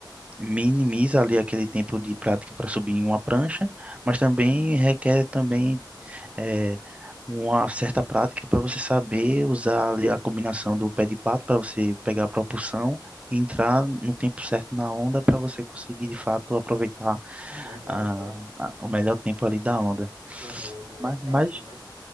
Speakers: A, on the right; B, on the right.
A: minimiza ali aquele tempo de prática para subir em uma prancha, mas também requer também eh, uma certa prática para você saber usar ali a combinação do pé de pato para você pegar a propulsão e entrar no tempo certo na onda para você conseguir de fato aproveitar
B: Legal,
A: a,
B: cara.
A: a- o melhor tempo ali da onda.
B: Aham, não
A: Mas,
B: é fácil,
A: mas
B: né?